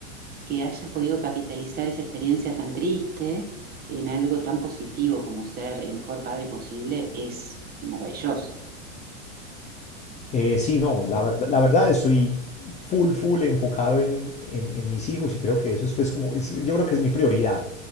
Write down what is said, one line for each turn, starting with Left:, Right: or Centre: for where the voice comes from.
Right: que hayas podido capitalizar esa experiencia tan triste en algo tan positivo como ser el mejor padre posible es maravilloso.
Left: Eh, sí, no, la, verdad- la verdad estoy full, full enfocado en, en- en mis hijos y creo que eso es pues como, es- yo creo que es mi prioridad,